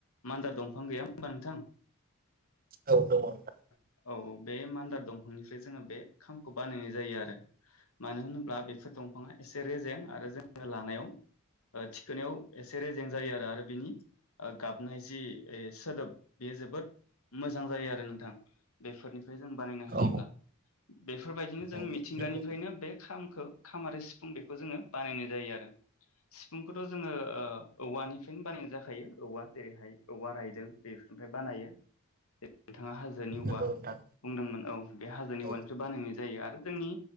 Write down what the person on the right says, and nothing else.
औ दङ नोंथां।
औ
औ
नंगौ
नंगौ नोंथां
औ